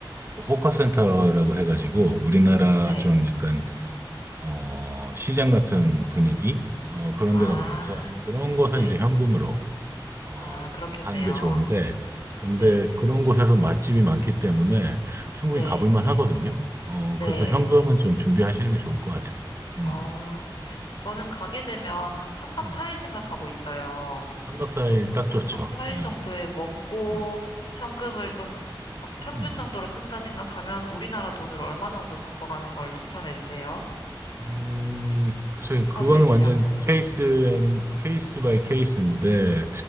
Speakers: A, on the right; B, on the left.
A: 그 호카센터라고 해가지고 우리나라
B: 네.
A: 좀 약간 어, 시장 같은 분위기 어, 그런
B: 아,
A: 데가 많아서 그런 것은
B: 네.
A: 이제 현금으로 어,
B: 아, 그렇겠네요.
A: 하는 게 좋은데 근데
B: 네.
A: 그런 곳에서 맛집이 많기 때문에 충분히
B: 네.
A: 가볼 만 하거든요. 어,
B: 네.
A: 그래서 현금은 좀 준비하시는 게 좋을 것 같아요. 음.
B: 어, 저는
A: 네.
B: 가게 되면 한 3박
A: 네.
B: 4일 생각하고 있어요.
A: 삼 박사일
B: 그럼
A: 딱
B: 3박
A: 좋죠.
B: 4일
A: 네.
B: 정도에 먹고
A: 음.
B: 현금을 좀 어, 평균
A: 음.
B: 정도로 쓴다 생각하면 우리나라 돈으로 얼마 정도 바꿔가는 걸 추천해 주세요.
A: 음, 글쎄,
B: 하루에
A: 그거는
B: 대략,
A: 완전 케이스 앤 케이스 바이 케이스인데